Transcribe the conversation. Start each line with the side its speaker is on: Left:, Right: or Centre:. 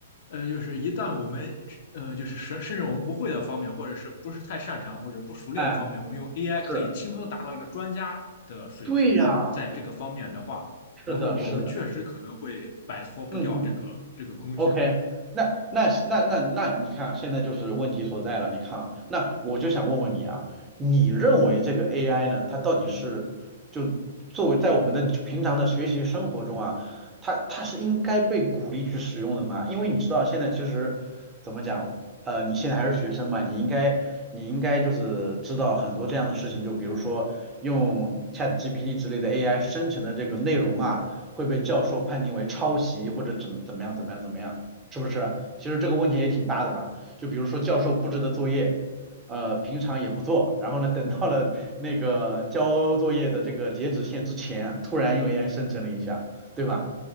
Left: 呃，就是一旦我们呃，就是甚甚至我们不会的方面，或者是不是太擅长或者不熟练的方面，
Right: 哎，
Left: 我们用 AI
Right: 是。
Left: 可以轻松达到一个专家的水平，
Right: 对呀，
Left: 在这个方面的话，
Right: 是的，
Left: 然后我们确实可能会摆脱不掉这个这个工具。
Right: 是的，嗯嗯，OK，那那那那那，你看啊现在就是问题所在了。你看啊，那我就想问问你啊，你认为这个 AI 呢，它到底是就作为在我们的就平常的学习生活中啊，它它是应该被鼓励去使用的吗？因为你知道现在其实怎么讲，呃，你现在还是学生嘛，你应该你应该就是知道很多这样的事情，就比如说用 ChatGPT 之类的 AI 生成的这个内容啊。会被教授判定为抄袭或者怎么怎么样怎么样怎么样，是不是？其实这个问题也挺大的吧？就比如说教授布置的作业，呃，平常也不做，然后呢，等到了那个交作业的这个截止线之前，突然用 AI 生成了一下，对吧？